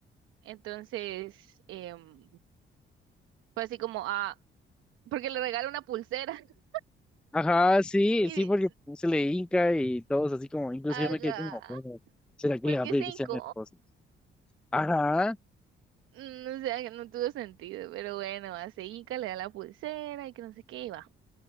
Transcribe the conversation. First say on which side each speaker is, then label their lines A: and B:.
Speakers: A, on the right; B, in the centre.
A: entonces... em, Fue así como, ah, porque le regalé una pulsera. <laughs>
B: Ajá, sí,
A: Y,
B: sí, porque se le hinca y todos así como, incluso
A: haga,
B: yo me quedé como, "Oh, ¿será que
A: ¿por
B: le va
A: qué
B: a pedir
A: cinco?
B: que sea mi esposa? Ajá,
A: No sé, que no tuvo sentido, pero bueno, hace Inca, le da la pulsera y que no sé qué, y va.